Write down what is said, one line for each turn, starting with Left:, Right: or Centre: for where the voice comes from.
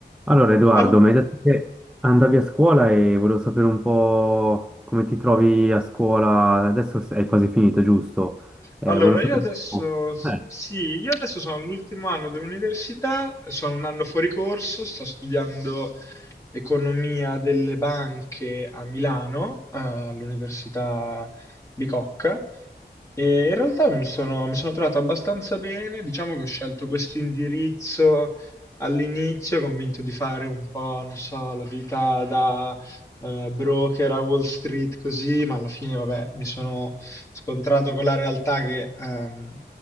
Centre: Allora, Edoardo,
Left: Al-
Centre: mi hai detto che andavi a scuola e volevo sapere un po' come ti trovi a scuola. Adesso è quasi finito, giusto? Eh,
Left: Allora,
Centre: volevo sapere
Left: io adesso,
Centre: un po'.
Left: s-
Centre: Eh,
Left: sì, io adesso sono all'ultimo anno dell'università, sono un anno fuori corso, sto studiando economia delle banche a Milano, eh, all'Università Bicocca, e in realtà mi sono, mi sono trovato abbastanza bene, diciamo che ho scelto questo indirizzo all'inizio, convinto di fare un po', non so, la vita eh, broker a Wall Street così, ma alla fine, vabbè, mi sono scontrato con la realtà che ehm,